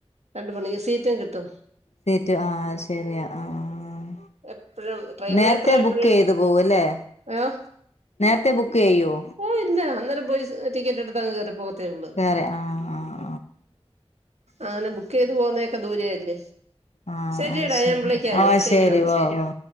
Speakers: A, on the right (about 85°); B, on the left (about 85°).
A: രണ്ട് മണി സീറ്റും കിട്ടും
B: സീറ്റ് ആഹ് ശരിയാ ആഹ് ആഹ്
A: എപ്പഴും ട്രെയിൻ
B: നേരത്തെ
A: യാത്ര എപ്പഴും
B: ബുക്ക് ചെയ്ത് പോവൂല്ലേ
A: ഏഹ്
B: നേരത്തെ ബുക്ക് ചെയ്യോ
A: ഓ ഇല്ല അന്നേരം പോയി ടിക്കറ്റ് എടുത്തങ്ങു കേറി പോകത്തേ ഒള്ളു
B: കേറെ ആഹ് ആഹ്
A: അങ്ങനെ ബുക്ക് ചെയ്ത് പോവുന്നൊക്കെ ദൂരല്ലേ
B: ആഹ് ആഹ്
A: ശരിയടാ
B: അത് ശരി
A: ഞാൻ വിളിക്കാന്ന്
B: ആഹ്
A: ശരി ഓക്കെ
B: ഓ ഓ